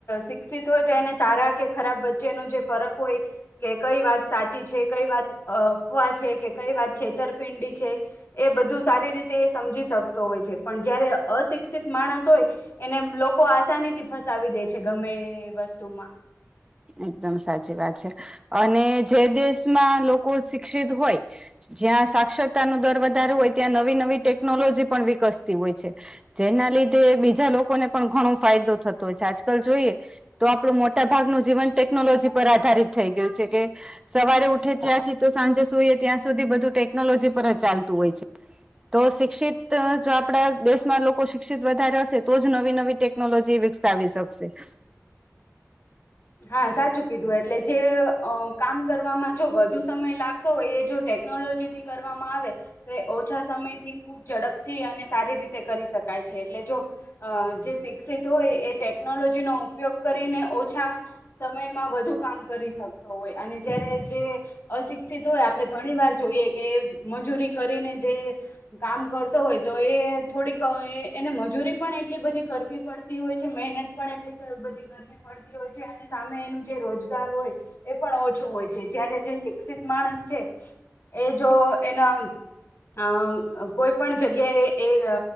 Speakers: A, on the left; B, on the right.
A: શિક્ષિત હોય તો એને સારા કે ખરાબ વચ્ચેનો જે ફરક હોય કે કઈ વાત સાચી છે, કઈ વાત અફવા છે, કે કઈ વાત છેતરપિંડી છે. એ બધું સારી રીતે એ સમજી શકતો હોય છે પણ જયારે અશિક્ષિત માણસ હોય એને લોકો આસાની થી ફસાવી દે છે ગમે એ વસ્તુમાં.
B: એકદમ સાચી વાત છે અને જે દેશમાં લોકો શિક્ષિત હોય જ્યાં સાક્ષરતાનો દર વધારે હોય ત્યાં નવી-નવી ટેકનોલોજી પણ વિકસતી હોય છે. જેના લીધે બીજા લોકોને પણ ઘણો ફાયદો થતો હોય છે આજકાલ જોઈએ તો આપણું મોટા ભાગનું જીવન ટેકનોલોજી પર આધારિત થઈ ગયું છે કે સવારે ઉઠે ત્યાંથી તો સાંજે સુઈએ ત્યાં સુધી બધું ટેકનોલોજી પર જ ચાલતું હોય છે. તો શિક્ષિત જો આપણા દેશમાં લોકો શિક્ષિત વધારે હશે તો જ નવી નવી ટેકનોલોજી વિક સાવી શકશે.
A: હા, સાચું કીધું એટલે જે અ કામ કરવામાં જો વધુ સમય લા તો હોય એ જો ટેકનોલોજીથી કરવામાં આવે તો ઓછા સમયથી, ખુબ ઝડપથી અને સારી રીતે કરી શકાય છે એટલે જો અ જે શિક્ષિત હોય એ ટેકનોલોજીનો ઉપયોગ કરીને ઓછા સમયમાં વધુ કામ કરી શકતો હોય અને જયારે જે અશિક્ષિત હોય આપણે ઘણીવાર જોઈએ કે મજૂરી કરીને જે કામ કરતો હોય તો એ થોડીક અ એ એને મજૂરી પણ એટલી બધી કરવી પડતી હોય છે, મહેન ત પણ એટલી ક બધી કરવી પડતી હોય છે અને સામે એનું જે રોજગાર હોય એ પણ ઓછું હોય છે, જયારે જે શિક્ષિત માણસ છે એ જો એના આવે અ કોઈ પણ જગ્યાએ એ અ